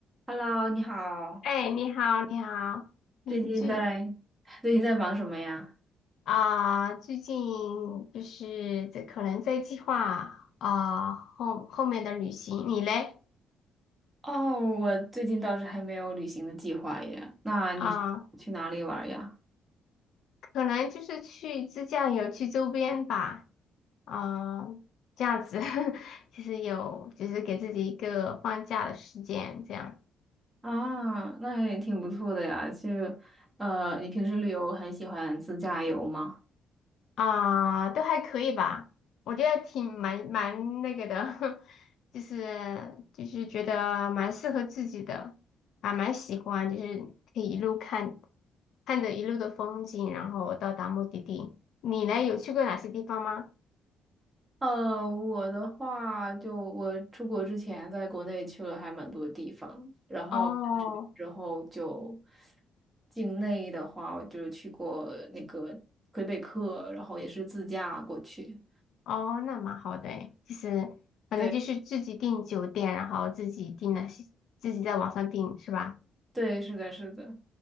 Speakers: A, on the right (about 20°); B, on the left (about 75°).
A: Hello，你好，
B: 哎，你好，你好，你最
A: 最近在最近在忙什么呀？
B: 啊、最近就是在可能在计划啊、后后面的旅行，你嘞
A: 哦，我最近倒是还没有旅行的计划耶。那你是去哪里玩呀？
B: 啊、可能就是去自驾游去周边吧，啊、这样子 <laughs> 就是有就是给自己一个放假的时间，这样。
A: 啊，那也挺不错的呀。就呃，你平时旅游很喜欢自驾游吗？
B: 啊，都还可以吧，我觉得挺蛮蛮那个的，<laughs> 就是就是觉得蛮适合自己的，还蛮喜欢，就是可以一路看看着一路的风景，然后到达目的地。你呢，有去过哪些地方吗？
A: 呃，我的话，就我出国之前在国内去了还蛮多地方，然后来这边之后就
B: 哦
A: 境内的话，我就去过那个魁北克，然后也是自驾过去。
B: 哦，那蛮好的诶就是反正就是自己订酒店，
A: 对
B: 然后自己订那些，自己在网上订是吧？
A: 对，是的，是的。